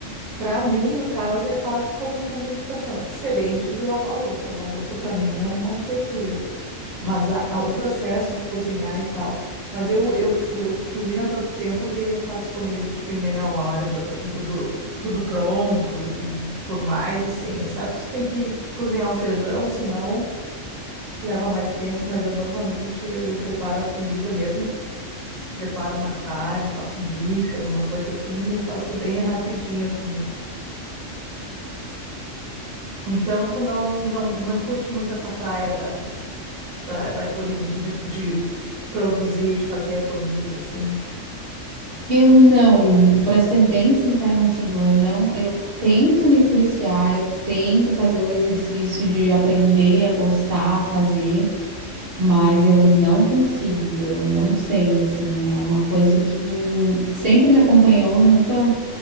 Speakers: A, on the right; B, on the right.
A: para mim, no caso, é quase como uma meditação, diferente de lavar a louça. Lavar a louça para mim é uma tortura, mas a- a- o processo de cozinhar e tal. Mas eu, eu, eu cozinho há tanto tempo que eu faço comida tipo em meia hora, já tô com tudo tudo pronto e por mais assim, exceto se tem que cozinhar o feijão, senão que leva mais tempo, mas eu normalmente eu, eu preparo a comida mesmo. Se preparo uma carne, passo um bife, alguma coisa assim, eu faço bem rapidinho a comida. Então, tu não, não, não curte muito essa praia da, da, da culina, de, de produzir, de fazer a comida, assim.
B: Eu não, para ser bem sincera contigo, eu não, eu tento me policiar, eu tento fazer o exercício de aprender a gostar, a fazer, mas eu não consigo, eu não sei, assim, é uma coisa que sempre me acompanhou, nunca